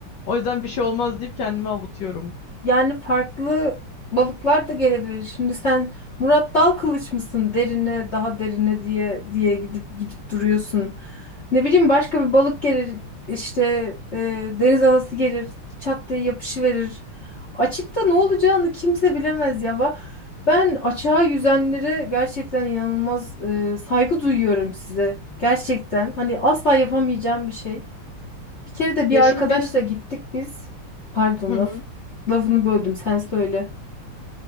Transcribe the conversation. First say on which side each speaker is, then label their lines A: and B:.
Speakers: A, on the left (about 65°); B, on the left (about 35°).
A: O yüzden bir şey olmaz deyip kendimi avutuyorum.
B: Yani farklı balıklar da gelebilir. Şimdi sen Murat Dal kılıç mısın derine daha derine diye diye gidip gidip duruyorsun. Ne bileyim başka bir balık gelir işte e, deniz anası gelir çat diye yapışıverir. Açıkta ne olacağını kimse bilemez ya. Va- Ben açığa yüzenlere gerçekten inanılmaz e, saygı duyuyorum size. Gerçekten hani asla yapamayacağım bir şey. Bir kere de bir
A: Ya
B: arkadaşla
A: şimdi biz
B: gittik biz. Pardon
A: <laughs> Hı hı.
B: laf, lafını böldüm sen söyle.